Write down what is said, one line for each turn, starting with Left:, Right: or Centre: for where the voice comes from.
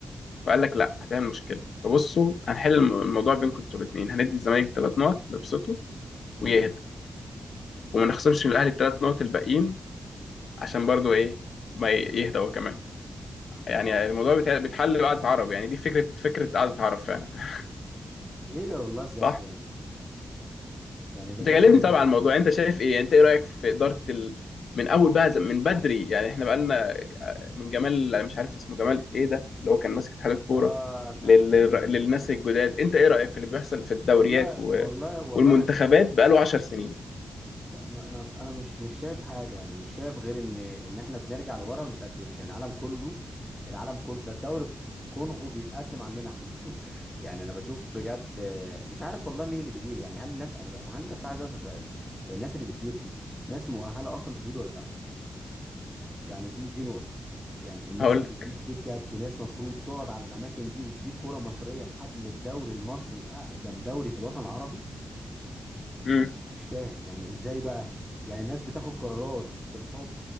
Left: فقال لك لا هتعمل مشكله فبصوا هنحل الم- الموضوع بينكم انتوا الاثنين هندي الزمالك ثلاث نقط نبسطه
Centre: مم.
Left: ويهدى وما نخسرش من الاهلي الثلاث نقط الباقيين عشان برضو ايه ما ي- يهدى هو كمان يعني
Centre: طب
Left: الموضوع بيتع- بيتحل بقعدة عرب يعني دي فكرة فكرة قعدة عرب فعلا <laughs>
Centre: ايه ده والله بجد
Left: صح
Centre: يعني يعني ده
Left: انت
Centre: ده
Left: كلمني
Centre: اسمه ايه
Left: طبعا عن الموضوع انت شايف ايه انت ايه رأيك في إدارة ال... من اول بقى ز- من بدري يعني احنا بقالنا ك- من جمال مش عارف اسمه جمال ايه ده اللي هو كان ماسك اتحاد الكورة
Centre: اه مش
Left: لل...
Centre: عارف اسمه جمال
Left: للناس الجداد انت ايه رأيك في اللي بيحصل في الدوريات
Centre: والله
Left: و...
Centre: والله والله
Left: والمنتخبات
Centre: انا ش...
Left: بقاله 10 سنين
Centre: لا ما انا انا مش مش شايف حاجه يعني مش شايف غير ان ان احنا بنرجع لورا وما بنتقدمش يعني العالم كله العالم كله ده الدوري الكونغو بيتقدم عننا احنا <laughs> يعني انا بشوف بجد آه، مش عارف والله مين اللي بيدير يعني هل الناس انا ب... عندي بس عايز اسال سؤال هي الناس اللي بتدير دي ناس مؤهله اصلا تدير ولا لا يعني دي دي نقطة يعني الناس
Left: هقول
Centre: اللي بتدير دي بجد ناس مفروض تقعد على الأماكن دي وتدير كرة مصرية بحجم الدوري المصري أقدم دوري في الوطن العربي
Left: لك
Centre: مش مش فاهم يعني إزاي بقى يعني الناس بتاخد قرارات بالحب